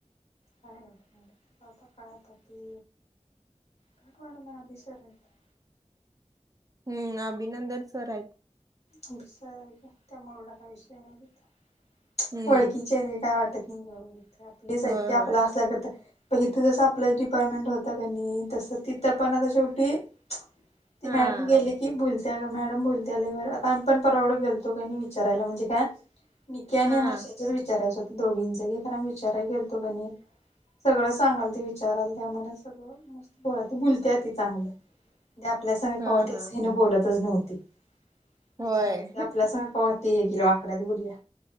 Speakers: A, on the left (about 60°); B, on the right (about 30°).
A: कायता की काय कोणार मला बिसर <unintelligible>
B: हम्म अभिनंदन सर हायत.
A: हम्िसर आहे का त्यामुळेडा का विषय नाही <unintelligible>
B: हम्म
A: वळखीचे आहेे काय वाटत नाही ग, आपलीच हाईत
B: होय
A: ते
B: होय
A: आपलं असल्या सारखं इथं जसं आपलंच डिपार्टमेंट होत क नाही, तसं तिथं पण आता शेवटी ती
B: हा
A: मॅडम गेली मॅडम बोलत्या लय आता आमही पण परवंड गेलतो का विचारायला म्हणजे काय निकी आणि
B: हा
A: हर्षाचेच विचारायच होत दोघींच की खर विचारा गेल तो काणी सगळ सांगाल ते विचाराल त्या मला सगळ मस्त बोलत बोलते ती चांगल ते आपल्या सग
B: हा
A: कवा ठेचनीन
B: हा
A: ना बोलतच नव्हती विचारत
B: होय
A: आपल्या स कव्हा ती एकीला वाकड्यात बोलल्या